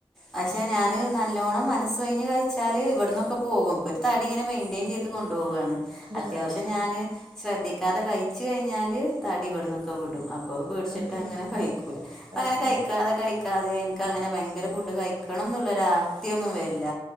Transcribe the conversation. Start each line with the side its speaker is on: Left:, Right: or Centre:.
Centre: പക്ഷെ ഞാൻ നല്ലോണം മനസ് കഴിഞ്ഞ് കഴിച്ചാല് ഇവിടന്നൊക്കെ പോകും ഇപ്പൊ ഒരു തടി ഇങ്ങനെ മെയിന്റയിൻ ചെയ്ത് കൊണ്ട പോവാണ് അത്യാവശ്യം
Right: ആഹ് അയ്ശരി
Centre: ഞാന് ശ്രദ്ധിക്കാതെ കഴിച്ച് കഴിഞ്ഞാല് തടി വെടുന്നു ക്കെ വിടും അപ്പോ പേടിച്ചിട്ട്
Right: ആഹ്
Centre: അങ്ങനെ കഴിക്കൂല
Right: ആഹ്
Centre: അങ്ങനെ
Right: ആഹ്
Centre: കഴിക്കാതെ കഴി ക്കാതെ എനിക്കങ്ങനെ ഭയങ്കര ഫുഡ് കഴിക്കണം എന്നുള്ളൊ ആർത്തി ഒന്നും വരില്ല